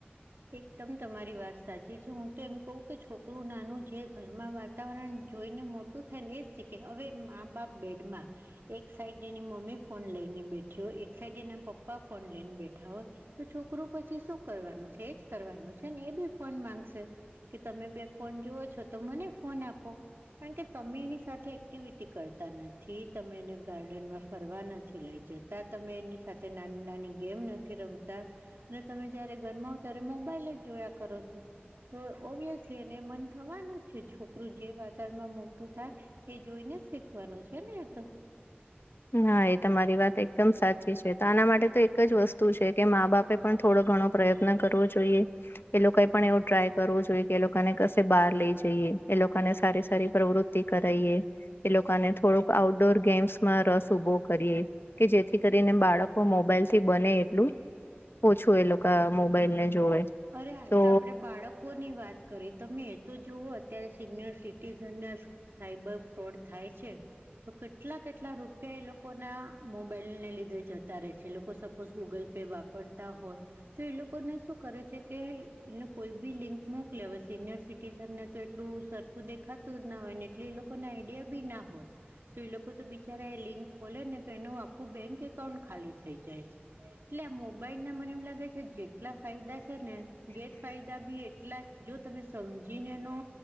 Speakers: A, on the right; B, on the left.
A: એકદમ તમારી વાત સાચી છે હુ તો એમ કહુ કે છોકરુ નાનુ જે ઘરમા વાત વાતાવરણ જોઈને મોટુ થાય અને એજ સીખે હવે માં બાપ બેડમા એક સાઈડ એની મમ્મી ફોન લઈને બેઠી હોય એક સાઈડ એના પપ્પા ફોન લઈને બેઠા હોય તો છોકરુ પછી શુ કરવાનુ છે? એજ કરવાનુ છે ને એ પણ ફોન માંગશે. કે તમે બેવ ફોન જુઓ છો તો મને ફોન આપો. કારણ કે તમે એની સાથે એક્ટિવિટી કરતા નથી તમે એને ગાર્ડનમાં ફરવા નથી લઈ જતા, તમે એની સાથે નાની નાની ગેમ નથી રમતા અને તમે જયારે ઘરમાં હોવ ત્યારે મોબાઈલ જ જોયા કરો છો. તો ઓબ્વિયસલી એને મન થવાનુ જ છે છોકરુ જે વાતાવરણમાં મોટુ થાય એ જોઈને જ શીખવાનુ છે ને એતો.
B: હા એ તમારી વાત એકદમ સાચી છે તો આના માટે તો એક જ વસ્તુ છે કે માં બાપે પણ થોડો ઘણો પ્રયત્ન કરવો જોઈએ. એ લોકોએ પણ એવુ ટ્રાય કરવો જોઈએ કે એ લોકોને ઘરની બહાર લઈ જઈએ એ લોકોને સારી સારી પ્રવૃતિ કરાવીએ એ લોકોને થોડુંક આઉટડોર ગેમ્સ મા રસ ઉભો કરીએ કે જેથી કરીને બાળકો મોબાઈલ થી બને એટલુ ઓછુ એ લોકો મોબાઈલ ને જોવે
A: અરે આ
B: તો
A: આપણે બાળકોની વાત કરી તમે એ તો જુવો અત્યારે સિનિયર સિટીઝનને સાયબર ફ્રોડ થાય છે. તો કેટલા કેટલા રૂપિયા એ લોકો ના મોબાઈલને લીધે જતા રહે છે એ લોકો સપોઝ ગૂગલ પે વાપરે પડતા હોય તો એ લોકોને શુ કરે છે? કે એને કોઈ પણ લિંક મોકલે હોવે સિનિયર સિટીઝનને તો એટલુ સર સરખુ દેખાતુ જ ના હોય ને એટલે એ લોકોને આઈડિયા પણ ના હોય તો એ લોકો તો બિચારા લિંક ખોલે ને તો એનુ આખુ બેક એકાઉન્ટ ખાલી થઈ જાય છે એટલે આ મોબાઈલ ના મને એમ લાગે જેટલા ફાયદા છે ને ગેરફાયદા પણ એટલા જ છે જો તમે સમજીને એનો